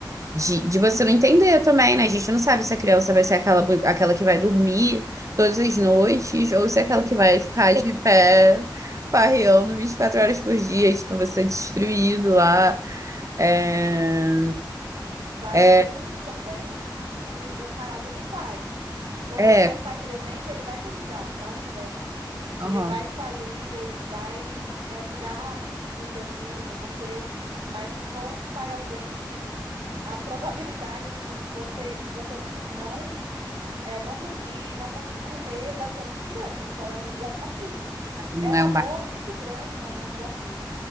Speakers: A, on the right; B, on the right.
A: de, de você não entender também, né? A gente não sabe se a criança vai ser aquela, bu- aquela que vai dormir todas as noites ou se é aquela que vai
B: Sim,
A: ficar de pé. farreando 24 horas por dia, tipo, você destruído lá. É...
B: vale
A: é,
B: muito também se o caráter do pai. Porque
A: É,
B: se for um pai presente, ele vai te ajudar, sabe, Rebeca? Ele
A: aham,
B: vai estar ali, ele vai, é, cuidar do seu filho com você. Mas se for um pai ausente, a probabilidade, assim, você, de você não, é, não dormir, não conseguir comer, vai ser muito grande. Então é um desafio.
A: não
B: É um
A: é
B: amor
A: um bar.
B: muito grande, mas é um desafio.